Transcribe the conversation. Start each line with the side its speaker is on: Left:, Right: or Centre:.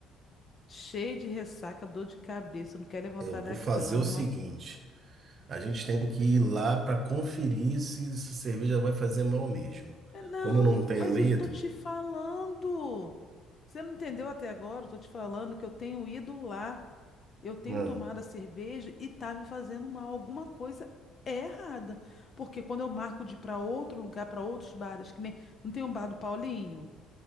Left: Cheio de ressaca, dor de cabeça, não quer levantar
Right: Eu
Left: da
Right: vou fazer
Left: cama.
Right: o seguinte. A gente tem que ir lá para conferir se essa cerveja vai fazer mal mesmo.
Left: É, Não,
Right: Como eu não tenho
Left: mas eu
Right: ido,
Left: tô te falando. Você não entendeu até agora? Eu tô te falando que eu tenho ido lá, eu tenho
Right: não,
Left: tomado a cerveja e tá me fazendo mal. Alguma coisa é errada. Porque quando eu marco de ir pra outro lugar, pra outros bares, que nem. Não tem um bar do Paulinho?